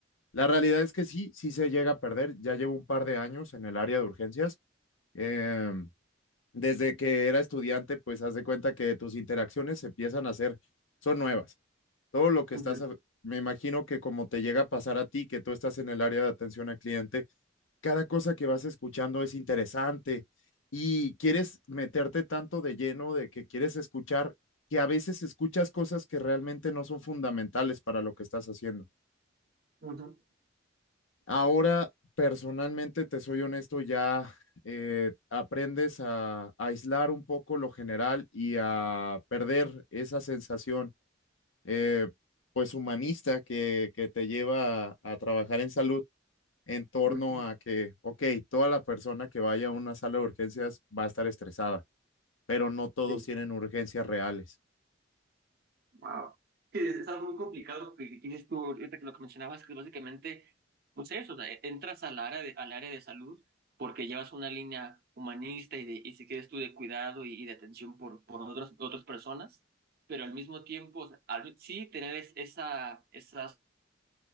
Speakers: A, on the left; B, on the right.
A: la realidad es que sí, sí se llega a perder. Ya llevo un par de años en el área de urgencias. Em, desde que era estudiante, pues haz de cuenta que tus interacciones se empiezan a hacer, son nuevas. todo lo que
B: Ujú,
A: estás, a- me imagino que como te llega a pasar a ti, que tú estás en el área de atención al cliente, cada cosa que vas escuchando es interesante y quieres meterte tanto de lleno de que quieres escuchar, que a veces escuchas cosas que realmente no son fundamentales para lo que estás haciendo.
B: ujú,
A: Ahora, personalmente, te soy honesto, ya eh, aprendes a a aislar un poco lo general y a perder esa sensación eh, pues humanista que, que te lleva a, a trabajar en salud en torno
B: ujú.
A: a que, ok, toda la persona que vaya a una sala de urgencias va a estar estresada, pero no todos
B: Sí,
A: tienen urgencias reales.
B: Wow. Es, es algo muy complicado que que tienes tú ahorita que lo que mencionabas, que básicamente, pues eso, o sea, e, entras al área de, al área de salud porque llevas una línea humanista y, de, y si quieres tú de cuidado y, y de atención por, por otras, otras personas, pero al mismo tiempo, o sea, al- sí tener es- esa, esa